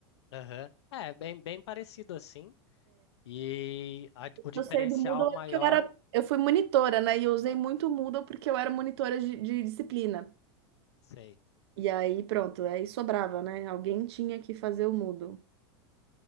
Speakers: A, on the left; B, on the right.
A: Aham. É, bem, bem parecido assim. E a- o diferencial
B: Eu sei do Moodle
A: maior,
B: é porque eu era, eu fui monitora, né? E eu usei muito o Moodle porque eu era monitora de, de disciplina.
A: sei.
B: E aí, pronto, aí sobrava, né? Alguém tinha que fazer o Moodle.